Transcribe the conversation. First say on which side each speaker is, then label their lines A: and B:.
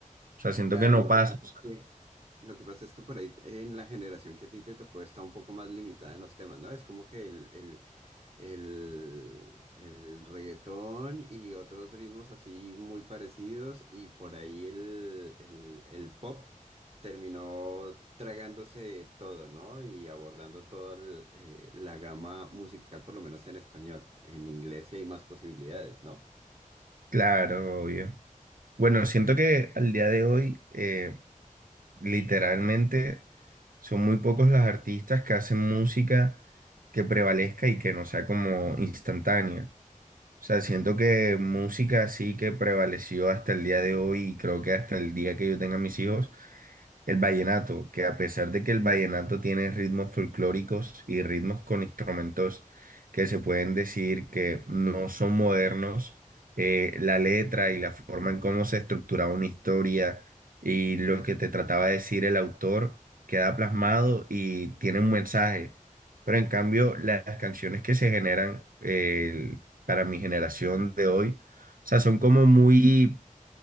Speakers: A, on the right; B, on the right.
A: O sea, siento
B: Claro,
A: que no
B: lo
A: pasa.
B: que pasa
A: o sea,
B: es que Lo que pasa es que por ahí en la generación que a ti te tocó está un poco más limitada en los temas, ¿no? Es como que el, el, el, el reggaetón y otros ritmos así muy parecidos y por ahí el, el, el pop terminó tragándose todo, ¿no? Y abordando toda el, eh, la gama musical, por lo menos en español. En inglés sí hay más posibilidades, ¿no?
A: claro, obvio. Bueno, siento que al día de hoy, eh, literalmente, son muy pocos los artistas que hacen música que prevalezca y que no sea como instantánea. O sea, siento que música así que prevaleció hasta el día de hoy y creo que hasta el día que yo tenga mis hijos el vallenato, que a pesar de que el vallenato tiene ritmos folclóricos y ritmos con instrumentos que se pueden decir que no son modernos, eh, la letra y la forma en cómo se estructuraba una historia y lo que te trataba de decir el autor queda plasmado y tiene un mensaje. Pero en cambio, las canciones que se generan eh, para mi generación de hoy, o sea, son como muy